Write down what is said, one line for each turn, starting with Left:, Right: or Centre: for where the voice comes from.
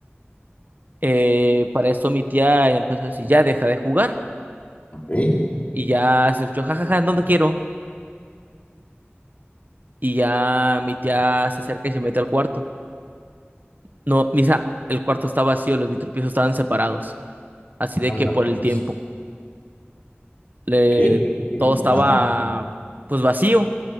Right: Eh, para esto mi tía ya empezó a decir, ya deja de jugar.
Left: ok.
Right: Y ya se escuchó, jajaja, ja, ja, ja, no te quiero. Y ya mi tía se acerca y se mete al cuarto. No, Misa, el cuarto está vacío, los vitropisos estaban separados. Así de
Left: Anda,
Right: que por
Left: pues.
Right: el tiempo. Le...
Left: ¿Qué? ¿Qué?
Right: Todo estaba
Left: Ajá.
Right: pues vacío.